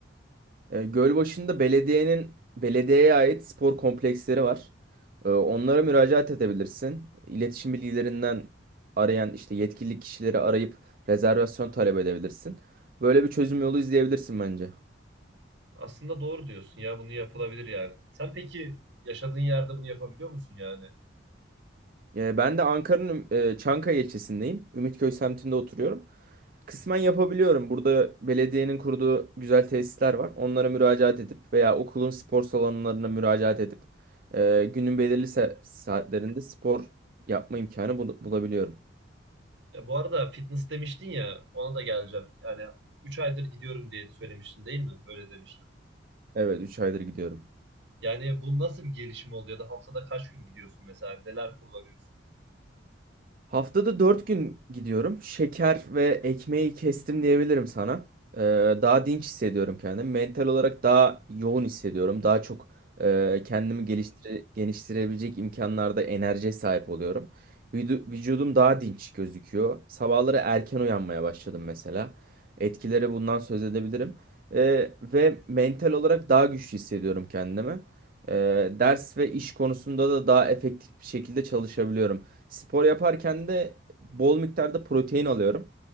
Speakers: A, on the right; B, on the right.
A: E, Gölbaşı'nda belediyenin belediyeye ait spor kompleksleri var. E, onlara müracaat edebilirsin. İletişim bilgilerinden arayan işte yetkili kişileri arayıp rezervasyon talep edebilirsin. Böyle bir çözüm yolu izleyebilirsin bence.
B: Aslında doğru diyorsun ya bunu yapılabilir yani. Sen peki yaşadığın yerde bunu yapabiliyor musun yani?
A: E, ben de Ankara'nın e, Çankaya ilçesindeyim. Ümitköy semtinde oturuyorum. Kısmen yapabiliyorum. Burada belediyenin kurduğu güzel tesisler var. Onlara müracaat edip veya okulun spor salonlarına müracaat edip e, günün belirli sa- saatlerinde spor yapma imkanı bul- bulabiliyorum.
B: Ya bu arada fitness demiştin ya ona da geleceğim. Yani 3 aydır gidiyorum diye söylemiştin değil mi? Öyle demiştin.
A: Evet, üç aydır gidiyorum.
B: Yani bu nasıl bir gelişim oldu ya da haftada kaç gün gidiyorsun mesela? Neler kullanıyorsun?
A: Haftada 4 gün gidiyorum. Şeker ve ekmeği kestim diyebilirim sana. Ee, daha dinç hissediyorum kendimi. Mental olarak daha yoğun hissediyorum. Daha çok e, kendimi geliştire, geliştirebilecek imkanlarda enerjiye sahip oluyorum. Vüdu- Vücudum daha dinç gözüküyor. Sabahları erken uyanmaya başladım mesela. Etkileri bundan söz edebilirim. Ee, ve mental olarak daha güçlü hissediyorum kendimi. Ee, ders ve iş konusunda da daha efektif bir şekilde çalışabiliyorum. Spor yaparken de bol miktarda protein alıyorum.